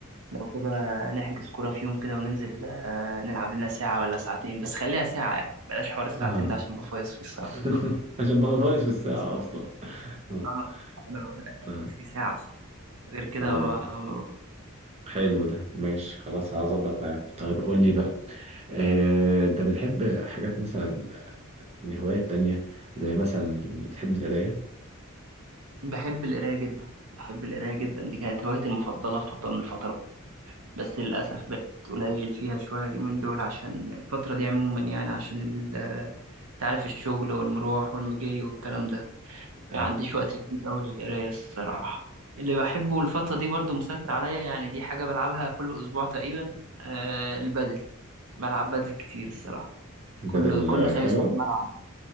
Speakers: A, on the right; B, on the right.
A: لو كده نحجز كورة في يوم كده وننزل آه، نلعب لنا ساعة ولا ساعتين بس خليها ساعة يعني بلاش حوار الساعتين
B: اه
A: ده عشان بفايص فيه الصراحة
B: <laughs> عشان بقى ناقص في الساعة
A: بس
B: أصلا آه،
A: آه، أنا بقول لك
B: طيب
A: أنا أصلي ساعة غير كده
B: طيب
A: ما-
B: حلو ده ماشي خلاص هظبط معاك طيب قول لي بقى آه، أنت بتحب حاجات مثلا يعني هوايات تانية زي مثلا بتحب القراية
A: بحب القراية جدا بحب القراية جدا دي كانت هوايتي المفضلة في فترة من الفترات بس للأسف بقت قليل فيها شوية اليومين دول عشان الفترة دي عموما يعني عشان ال- تعرف الشغل والمروح والمجي والكلام ده
B: أي
A: يعني عنديش وقت كبير أوي للقراية الصراحة اللي بحبه الفترة دي برضو مسيطر عليا يعني دي حاجة بلعبها كل أسبوع تقريبا آه البدل بلعب بدل كتير الصراحة
B: بدل
A: كل كل خميس
B: حلوة
A: لازم ألعب